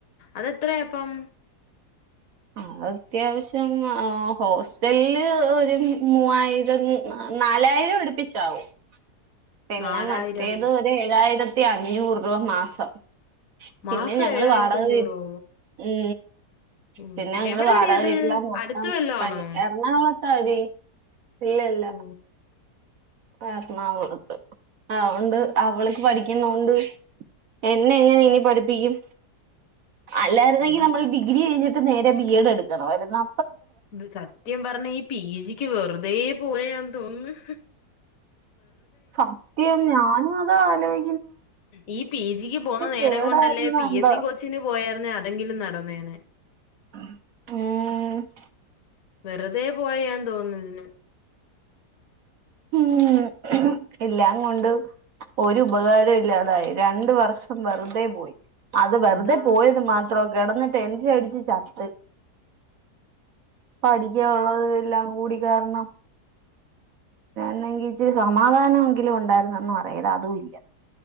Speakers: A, on the left (about 60°); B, on the right (about 60°).
A: അതെത്രയാ അപ്പം
B: അ അത്യാവശ്യം ഹോസ്റ്റലില് ഒരു മൂവായിരം നാലായിരം എടുപ്പിച്ചാവും പിന്നെ
A: നാലായിരം
B: മറ്റേത് ഒ ഏഴായിര ആയിരത്തി അഞ്ഞൂറ് രൂപ മാസം
A: മാസം
B: പിന്നെ ഞങ്ങള്ൾ
A: ഏഴായിരത്തി
B: വാടക
A: അഞ്ഞൂറോ
B: വ ഉ
A: ഓഹോ
B: പിന്നെ ഞങ്ങള്ൾ
A: എവിടാടിയത്
B: വാടാ വീട്ടില മൊത്തം
A: അടുത്ത് വല്ലോ
B: പണി
A: ആണോ
B: എറണാകുള തതി ഇല്ല ഇല്ല
A: ഓ
B: എറണാകുളത്ത് അതൊണ്ട് അവൾക്ക് പഠിക്കുന്നൊണ്ട് എന്നെ എങ്ങനെ ഇനി പഠിപ്പിക്കും അല്ലായിരുന്നെങ്കി
A: അതാ
B: നമ്മള് ഡിഗ്രി കയ്ഞ്ഞ് ട്ട് നേരെ ബി എഡ് എടുക്കണവായ്ര്ന്ന
A: ഇത് സത്യം പറഞ്ഞാ ഈ പീ ജിക്ക് വെറ്തേ പോയാന്ന് തോന്ന് ന്ന്
B: സത്യം ഞാനു ആലോയ്
A: ഈ പി ജിക്ക് പോന്ന നേരം
B: കേടായിരുന്നു
A: കൊണ്ടല്ലേ പി
B: എന്തോ
A: എസ് സി കോച്ചിന് പോയാര്ന്നേ അ തെങ്കിലും നടന്നേനേ.
B: ഉം ഏഹ്
A: വെറ് തേ പോയാന്ന് തോന്നുന്നു ഇതിന്
B: ഉം എല്ലാം കൊണ്ടും ഒരു ബകാരുല്ലാതായി രണ്ട് വർഷം വെറുതെ പോയി അത് വെറ്തെ
A: അതാ
B: പോയത് മാത്രം കെടന്നിട്ട് എഞ്ചിയടിച്ച് ചത്ത് പഠിക്കാവ്ള്ളത് എല്ലാം കൂടി കേറണം ന്നെങ്കിച്ച് സമാധാനങ്കിലും ഉണ്ടായിരുന്നന്ന് പറയാം ഇത് അതുല്ല